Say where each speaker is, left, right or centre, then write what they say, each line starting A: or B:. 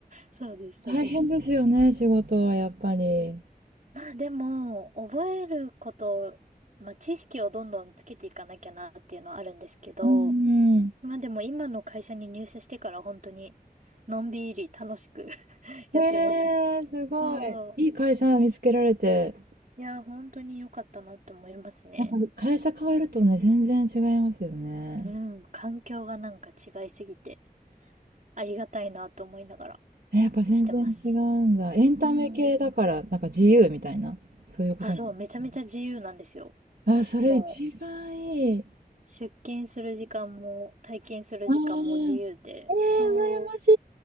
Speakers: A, on the right; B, on the right.
A: そうです、
B: 大変ですよね、
A: そうです。
B: 仕事はやっぱり。
A: まあでも、覚えること、まあ知識をどんどんつけていかなきゃなっていうのはあるんですけど、
B: うん。
A: まあでも今の会社に入社してから本当にのんびり楽しく <laughs> やってます。
B: ねえ、すごい。
A: そう。
B: いい会社見つけられて。
A: いや、本当に良かったなって思いますね。
B: やっぱ会社変えるとね、全然違いますよね。
A: うん、環境がなんか違いすぎてありがたいなと思いながら
B: え、やっぱ全然違うんだ。
A: してます。
B: エンタメ系だから、
A: うん。
B: なんか自由みたいな、そういうことなんですかね。
A: あ、そう、めちゃめちゃ自由なんですよ。
B: あ、それ一番いい。
A: もう。出勤する時間も退勤する時間も自由で、
B: ああ、ええ、羨まし
A: そう、